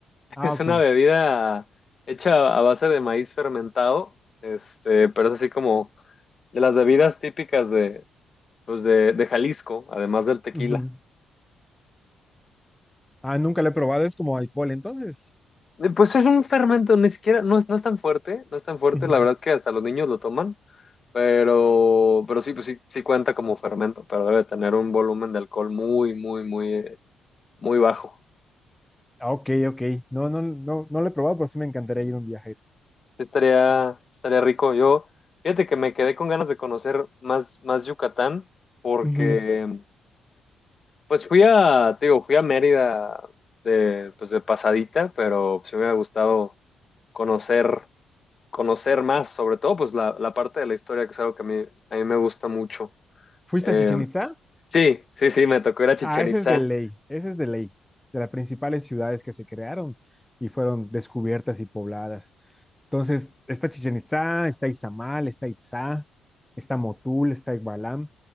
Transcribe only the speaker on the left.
<laughs>
es
una bebida hecha a base de maíz fermentado, este, pero es así como de las bebidas típicas de, pues de, de Jalisco, además del tequila.
Eh, Pues es un fermento, ni siquiera, no es, no es tan fuerte, no es tan fuerte,
la verdad es que hasta los niños lo toman, pero, pero sí, pues sí, sí cuenta como fermento, pero debe tener un volumen de alcohol muy, muy, muy, eh, muy bajo.
Sí, estaría, estaría rico. Yo, fíjate que me quedé con ganas de conocer más, más Yucatán, porque
pues fui a, te digo, fui a Mérida de, pues de pasadita, pero pues, sí me ha gustado conocer, conocer más, sobre todo pues la, la parte de la historia, que es algo que a mí, a mí me gusta mucho.
Eh,
sí, sí, sí, me tocó ir a Chichén
Itzá.